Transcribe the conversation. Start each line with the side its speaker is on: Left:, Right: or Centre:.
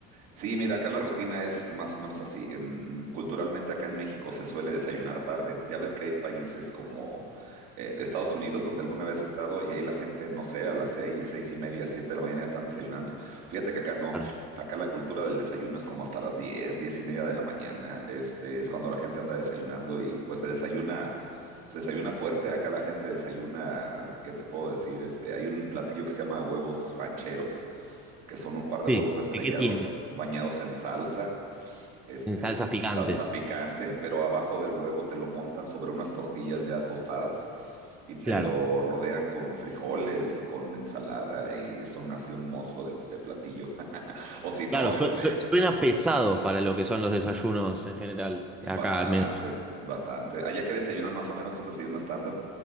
Right: Sí, mira, acá la rutina es más o menos así. En- culturalmente acá en México se suele desayunar tarde. Ya ves que hay países como eh, Estados Unidos, donde alguna vez he estado, y ahí la gente, no sé, a las seis, seis y media, siete de la mañana ya están desayunando. Fíjate que acá no.
Centre: Claro.
Right: Acá la cultura del desayuno es como hasta las diez, diez y media de la mañana. Este es cuando la gente anda desayunando y pues se desayuna se desayuna fuerte, acá la gente desayuna, ¿qué te puedo decir? Este, hay un platillo que se llama huevos rancheros, que son un par de
Centre: Sí.
Right: huevos estrellados
Centre: ¿Qué, qué tiene?
Right: bañados en salsa, este,
Centre: En salsas picantes.
Right: en salsa picante, pero abajo del huevo te lo montan sobre unas tortillas ya tostadas y te
Centre: Claro.
Right: lo rodean con frijoles y con ensalada y son así un monstruo de, de platillo. <laughs> O si no,
Centre: Claro, sue-
Right: este,
Centre: sue- suena pesado para lo que son los desayunos en general,
Right: bastante,
Centre: acá al menos.
Right: bastante. Allá que desayunan más o menos un desayuno estándar.